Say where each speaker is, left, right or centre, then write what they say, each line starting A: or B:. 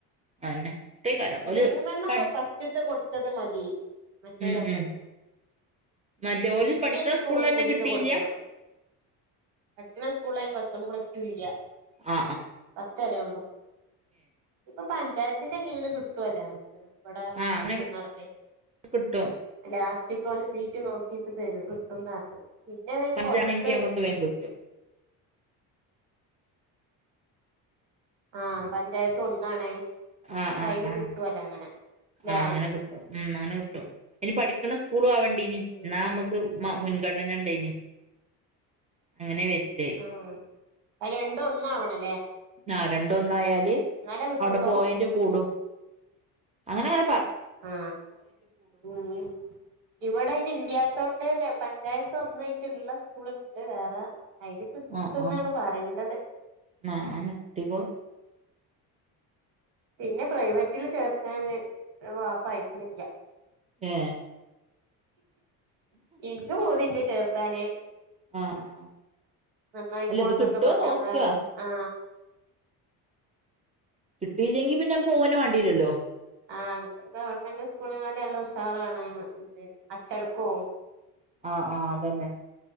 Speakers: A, on the right; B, on the right.
A: അതന്നെ കിട്ടേക്കാരം
B: ഇത്
A: ഒരു
B: മൂന്നെണ്ണം
A: പഠി
B: പത്ത്ത്തെ കൊടുത്തത് മതി. മറ്റേ
A: ഉം
B: രണ്ടെണ്ണം
A: ഉം മറ്റോല്
B: ഇനി
A: പഠിക്കണ
B: ഇത്
A: സ്കൂളിൽ തന്നെ
B: പുതിയത്
A: കിട്ടിയില്ല
B: കൊടുക്കണം പഠ സ്കൂളിയിന് പ്ലസ്സ് വണ്ണും, പ്ലസ്ടു ഇല്ല
A: ആ
B: പത്തരയാവുമ്പം ഇപ്പോ പഞ്ചായത്തിന്റെ കീഴില് കിട്ടുവേല്ലാം ഇവിടെ
A: ആഹ് അങ്ങനെ
B: കിട്ടുന്നടപ്പേ
A: കിട്ടും
B: ലാസ്റ്റ് ഉച്ചക്കോള് സീറ്റ് നോക്കിപ്പോ തരും കിട്ടുംന്ന പറഞ്ഞേ പിന്നെ വേ
A: പഞ്ചാണെങ്കി
B: പൊറത്ത്
A: നമ്മക്ക്
B: <inaudible>
A: വേഗം കിട്ടും
B: ആ പഞ്ചായത്തും ഒന്നാണേ
A: ആഹ്
B: അപ്പൊ
A: ആഹ്
B: അയില്
A: ആഹ്
B: കിട്ടുവല്ല അങ്ങനെ ല്ലേ
A: ആഹ് അങ്ങനെ കിട്ടും മ് അങ്ങനെ കിട്ടും ഇനി പഠിക്കണ സ്കൂളും ആവണ്ടിനി
B: ഉം
A: എന്നാ നമ്മുക്ക് ആ മുൻഗണന ഉണ്ടെനി അങ്ങനെ വരില്ലേ
B: ആഹ് രണ്ടും ഒന്നാവണം
A: ആ രണ്ടും ഒന്നായല്
B: എന്നാലേ കിട്ടുള്ളൂ
A: അവിടെ പോയിൻ്റ് കൂടും അങ്ങനെയൊക്കെ
B: ആ മ് ഇവിടെ ഇയിന് ഇല്ല്യാത്തൊണ്ട് പഞ്ചായത്ത് ഒന്നായിട്ടുള്ള സ്കൂളുണ്ട് വേറെ അയിത് കിട്ടുംന്നാണ്
A: ആഹ് ആഹ്
B: പറയേണ്ടത്
A: ആഹ് അന്നെ കിട്ടിക്കോളും
B: പിന്നെ പ്രൈവറ്റില് ചേർത്താന് വാപ്പയക്കണില്ല
A: ഏ
B: എനിക്ക് പൂതിയുണ്ട് ചേർത്താന്
A: ആഹ് ആഹ്
B: നന്നായിക്കോള്
A: അല്ല ഇത്
B: എന്നൊക്കെ
A: കിട്ടുവോ
B: പറഞ്ഞ
A: നോക്കുക
B: നമ്മളെ ആ
A: കിട്ടിയില്ലെങ്കി പിന്നെ പോന് വേണ്ടീല്ലല്ലോ
B: ആ ഗവൺമെന്റ് സ്കൂളിനെകാട്ടി നല്ല ഉഷാറാണ് ന്ന് ഉണ്ട് അച്ചടക്കോം
A: ആ ആഹ് അതന്നെ